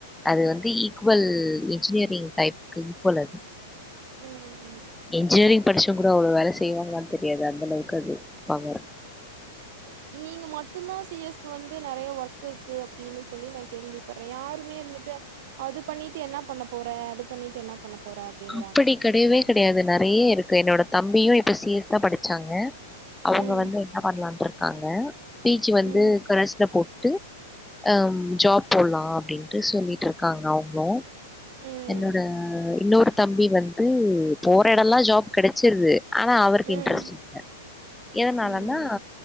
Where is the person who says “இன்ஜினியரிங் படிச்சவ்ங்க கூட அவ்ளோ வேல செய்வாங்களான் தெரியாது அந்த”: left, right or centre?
Centre